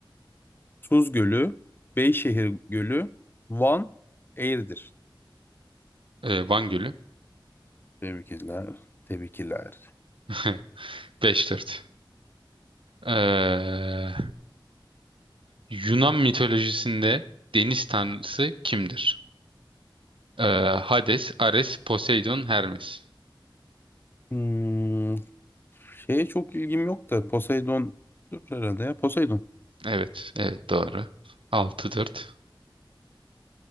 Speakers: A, on the left (about 25°); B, on the right (about 85°).
A: Tuz Gölü, Beyşehir Gölü, Van, Eğirdir.
B: Ee, Van Gölü.
A: Tebrikler, tebrikler.
B: <laughs> 5-4. Ee, Yunan mitolojisinde deniz tanrısı kimdir? Ee, Hades, Ares, Poseidon, Hermes.
A: Hmm, şeye çok ilgim yok da Poseidon dur herhalde ya Poseidon.
B: Evet, evet doğru. 6-4.